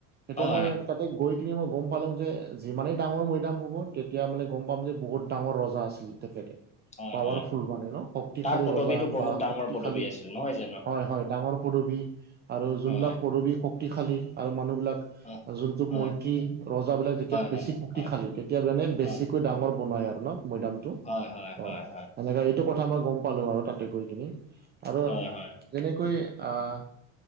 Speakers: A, on the right (about 30°); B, on the left (about 20°).
A: এতিয়া
B: হয়,
A: মই তাতে গৈ কিনি মই গম পালোঁ যে যিমানেই ডাঙৰ মৈদাম হ'ব তেতিয়া মানে গম পাম যে, বহুত ডাঙৰ ৰজা আছিল তেখেতে।
B: হয়,
A: পাৱাৰফুল
B: হয়।
A: মানে ন, শক্তিশালী
B: তাৰ পদবীটো
A: ৰজা
B: বহুত
A: বা
B: ডাঙৰ
A: শক্তিশালী-
B: পদবী আছিল নহয় জানো?
A: হয় হয় ডাঙৰ পদৱী আৰু যোনবিলাক
B: হয়,
A: পদৱী শক্তিশালী আৰু মানুহবিলাক
B: হয়,
A: যোনটো
B: হয়,
A: মন্ত্ৰী ৰজাবিলাক যেতিয়া পেছি-
B: হয়, হয়,
A: শক্তিশালী
B: হয়,
A: কেতিয়াবানে বেছিকৈ
B: হয়,
A: ডাঙৰ বনাই আৰু ন মৈদামটো
B: হয়, হয়,
A: অ
B: হয়, হয়,
A: সেনেকা এইটো কথা মই গম পালো আৰু তাতে গৈ কিনি, আৰু
B: হয়, হয়।
A: যেনেকৈ আহ